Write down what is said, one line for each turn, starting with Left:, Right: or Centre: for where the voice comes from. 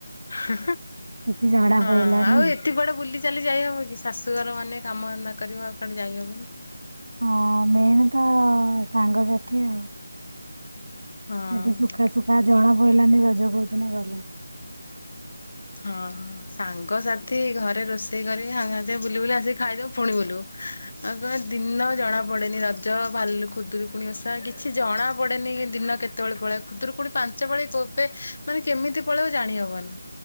Left: ହଁ
Right: କିଛି ଝଡା
Left: ଆଉ
Right: ପଇଲାନି।
Left: ଏ ଏଠି କୁଆଡେ ବୁଲି ଚାଲି ଯାଇହବ କି ଶାଶୁଘର ମାନେ କାମ ଧନ୍ଦା କରିବ କୁଆଡେ ଯାଇହବନି।
Right: ହଁ ମେନ୍ ତ ସାଙ୍ଗସାଥି ଆଉ।
Left: ହଁ।
Right: ସେଠି ସୁଖା ସୁୁଖା ଜଣା ପଡିଲାନି ରଜ କଉଦିନ ଗଲା।
Left: ହଁ। ସାଙ୍ଗସାଥି ଘରେ ରୋଷେଇ କରି ସାଙ୍ଗେ ସାଥୀ ବୁଲି ବୁଲି ଆସିକି ଖାଇଦବୁ ପୁଣି ବୁଲୁ। ଆଉ କଣ ଦିନ ଜଣା ପଡେନି ରଜ ଭାଲୁ ଖୁଦୁରୁକୁୁଣି ଓସା କିଛି ଜଣା ପଡେନି ଦିନ କେତେବେଳେ ପଳଅ ଖୁଦୁରୁକୁୁଣି ପାଞ୍ଚ ଞ୍ଚପାଳି କବେ ମାନେ କେମିତି ପଳେଇବ ଜାଣି ହବନି